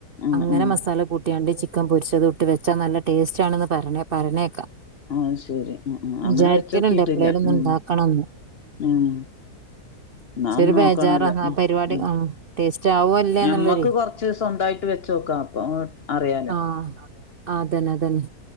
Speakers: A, on the left; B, on the right.
A: ആഹ്
B: അങ്ങനെ
A: ആഹ്
B: മസാല കൂട്ടിയാണ്ട് ചി ചിക്കൻ പൊരിച്ചത് ഇട്ട് വെച്ചാ നല്ല ടേസ്റ്റ് ആണന്ന് പറഞ്ഞ പറഞ്ഞേക്കാം.
A: ആ ശെരി അങ്ങനെ
B: വിചാരിക്കലുണ്ട്
A: വെച്ചോക്കിട്ടില്ല
B: എപ്പളേലും ഒന്ന്
A: ഉം
B: ഉണ്ടാക്കണംന്ന്
A: ഉം ന്നാ
B: പക്ഷെ
A: ഒന്ന്
B: ഒരു ബേജാറാ
A: നോക്കണല്ലേ
B: ആ
A: ഉ
B: പരിപാടി
A: ഉ
B: ആഹ് ടേസ്റ്റ് ആവോ അല്ലേ
A: ഞമ്മക്ക്
B: എന്നുള്ളൊരു
A: കൊറച്ച് സ്വന്തമായിട്ട് വെച്ചോക്കാം. അപ്പ അറിയാലോ?
B: ആ ആ ആ തന്നെ തന്നെ